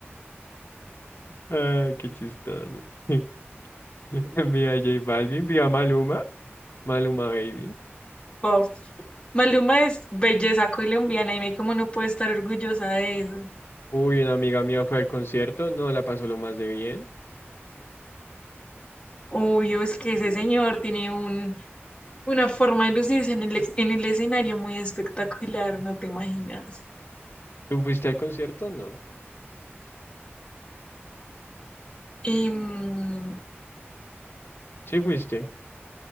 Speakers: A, on the left; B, on the left.
A: Ay, qué chistoso. <laughs> Vio a J Balvin, vio a Maluma. Maluma Baby.
B: pop. Maluma es belleza colombiana y me como no puedo estar orgullosa de eso.
A: Uy, una amiga mía fue al concierto, no la pasó lo más de bien.
B: Obvio, es
A: Qué
B: que
A: chévere.
B: ese señor tiene un, una forma de lucirse en el, ex- en el escenario muy espectacular, no te imaginas.
A: ¿Tú fuiste al concierto? No.
B: Em,
A: Sí fuiste.